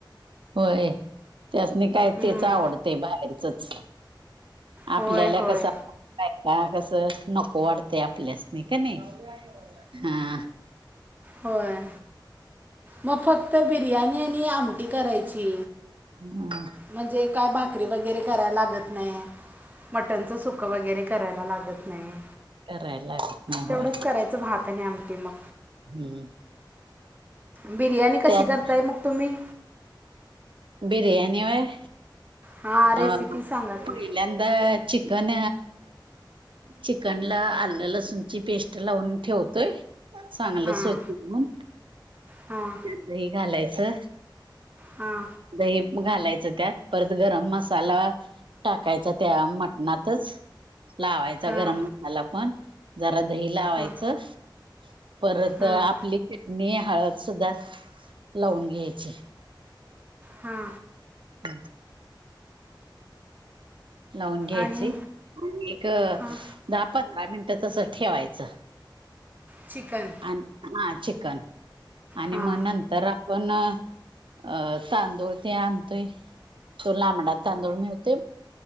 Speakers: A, on the right; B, on the right.
A: होय. त्यासनी काय
B: हम्म.
A: तेच आवडतय बाहेरचच. आपल्याला
B: होय होय
A: कस का का कसं नको वाढतंय आपल्यासनी कणी? हा.
B: होय. मग फक्त बिर्याणी आणि आमटी करायची.
A: हा.
B: म्हणजे काय भाकरी वगैरे करायला लागत नाही. मटणचं सुप क वगैरे करायला लागत नाही.
A: करायला लागत नाही होय
B: तेवढंच करायचं भात आणि आमटी मग
A: हम्म.
B: बिर्याणी कशी
A: त्यात
B: करताय मग तुम्ही?
A: बिर्याणी व्हय?
B: हां रेसिपी
A: अ
B: सांगा की
A: पहिल्यांदा चिकन चिकन ला आलं, लसूणची पेस्ट लावून ठेवतोय. चांगलं
B: हां
A: स्वच्छ धुऊन
B: हां
A: त्यात दही घालायचं.
B: हा.
A: दही घालायचं त्यात परत गरम मसाला टाकायचा त्या मटणातच. लावायचा
B: हां
A: गरम मसाला पण जरा दही लावायचं
B: हां
A: परत
B: हां
A: आपली चिटणी, हळद सुद्धा लावून घ्यायची.
B: हा.
A: हम्म. लावून घ्यायची.
B: आणि
A: एक
B: हां
A: दहा, पंधरा मिनिटं तस ठेवायचं.
B: चिकन
A: हा चिकन आणि
B: हां
A: मग नंत तर आपण अ तांदूळ ते आणतोय. तो मडा तांदूळ मिळतोय